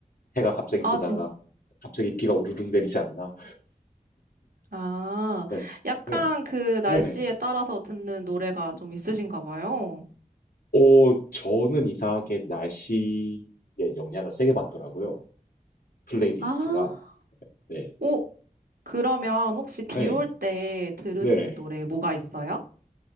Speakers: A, on the left; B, on the right.
A: 해가 갑자기
B: 아,
A: 뜨다가
B: 진,
A: 갑자기 비가 우르릉 내리지 않나?
B: 아,
A: 네,
B: 약간
A: 네,
B: 그 날씨에
A: 네네.
B: 따라서 듣는 노래가
A: 음.
B: 좀 있으신가 봐요.
A: 어, 저는 이상하게 날씨에 영향을 세게 받더라고요. 플레이리스트가.
B: 아,
A: 네.
B: 오, 그러면 혹시 비
A: 네.
B: 올 때 들으시는
A: 네네.
B: 노래 뭐가 있어요?